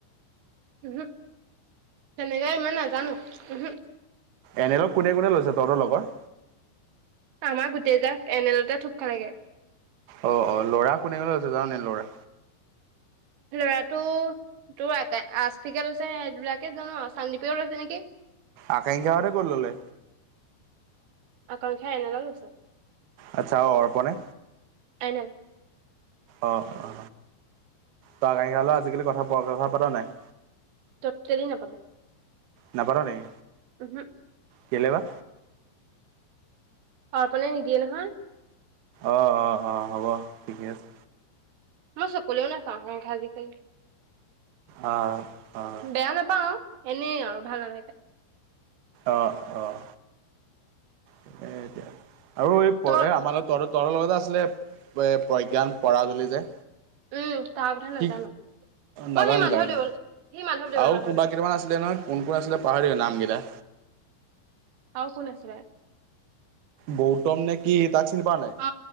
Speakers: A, on the right; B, on the right.
A: উমহু তেনেকেই ইমান নাজানো উমহু।
B: এনেই কোনে কোনে লৈছে তহঁতৰ লগৰ।
A: আমাৰ গোটেইজাক একেলগতে থুপ খালেগে।
B: অ অ ল'ৰা কোনে কোনে লৈছে জানানে ল'ৰা।
A: ল'ৰাটো তোৰ আ আজফিকে লৈছে সেইবিলাকে জান চান্দিপেও লৈছে নেকি?
B: আকাংক্ষাহঁতে ক'ত ল'লে?
A: মাকানখাই অনালে লৈছে।
B: আচ্ছা অ অৰ্পণে
A: এনেল
B: অ অ। তই আকাক্ষাৰ লগত আজিকালি কথা বৰকে কথা পাতা নাই।
A: টোটেলি নাপাটো।
B: নাপাত নেকি?
A: উমহু।
B: কেলে বা?
A: অৰ্পণে নিদিয়ে নহয়।
B: অ অ অ হ'ব ঠিকে আছে।
A: মই চকুলেও নাচাওঁ এ আজিকালি।
B: অ' অ'
A: বেয়া নাপাও এনেই আৰু ভাল নালাগে।
B: অঁ অঁ। এ এতিয়া আৰু এই আমাৰ
A: তই
B: লগত তহতৰ তহতৰ লগতে আছিলে প্ৰজ্ঞান পৰাগ বোলি যে।
A: উম তাৰ কথা।
B: কি
A: নাজানো
B: নাজানো
A: অ সি মাধৱদেৱল
B: তাৰ কথা
A: সি মাধৱদেৱল
B: আৰু
A: মাধৱদেৱল
B: কোনোবা কেইতামান আছিলে নহয়। কোন কোন আছিলে পাহাৰী থাকিলোঁ নাম কেইটা।
A: আৰু কোন আছিলে।
B: গৌতম নে কি তাক চিনি পোৱা নাই।
A: অ